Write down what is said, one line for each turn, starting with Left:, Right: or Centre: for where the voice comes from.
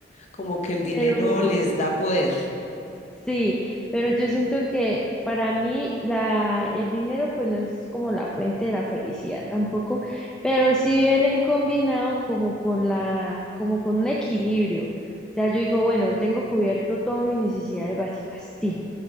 Left: como que el dinero
Centre: pero...
Left: les da poder.
Centre: Sí, pero yo siento que para mí la, el dinero pues no es como la fuente de la felicidad tampoco, pero sí viene combinado como con la, como con un equilibrio. O sea, yo digo, bueno, tengo cubierto todas mis necesidades básicas, sí,